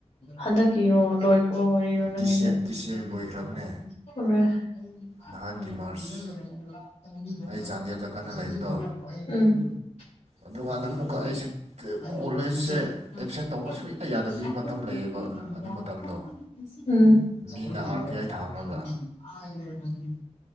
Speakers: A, on the left; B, on the right.
A: ꯍꯟꯗꯛꯀꯤꯔꯣ ꯂꯣꯏ <unintelligible> ꯋꯥꯔꯤꯔꯣ ꯅꯪꯒꯤꯁꯦ
B: ꯗꯤꯁ ꯌꯔ
A: ꯑꯣ
B: ꯗꯤꯁ ꯌꯔ ꯂꯣꯏꯈ꯭ꯔꯕꯅꯦ
A: ꯎꯝ ꯆ꯭ꯔ
B: ꯅꯍꯥꯟꯒꯤ ꯃꯥꯔꯁ ꯑꯩ ꯆꯥꯟꯗꯦꯜꯗ ꯀꯟꯅ ꯂꯩꯕꯗꯣ ꯑꯗꯨꯀꯥꯟꯗ ꯑꯃꯨꯛꯀ ꯑꯩꯁꯦ ꯀꯣꯂꯦꯖꯁꯦ ꯑꯦꯞꯁꯦꯟ ꯇꯧꯕ ꯁꯨꯡꯌꯥ ꯌꯥꯗꯕꯒꯤ ꯃꯇꯝ ꯂꯩꯌꯦꯕ ꯑꯗꯨ ꯃꯇꯝꯗꯣ ꯃꯤꯅ ꯑꯥꯔ ꯇꯤ ꯑꯥꯏ ꯊꯥꯡꯂꯒ
A: ꯑ